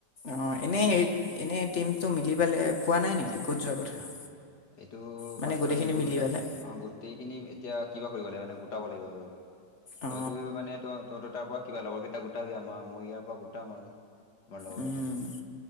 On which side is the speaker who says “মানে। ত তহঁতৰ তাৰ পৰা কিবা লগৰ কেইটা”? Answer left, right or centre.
Left